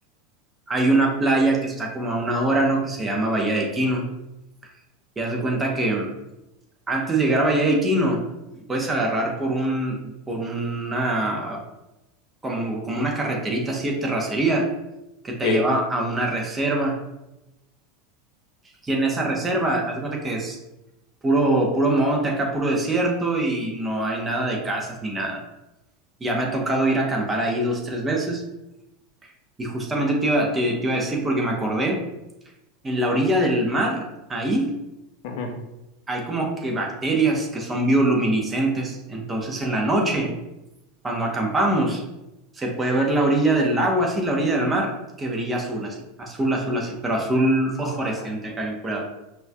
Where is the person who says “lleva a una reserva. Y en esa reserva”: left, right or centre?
Right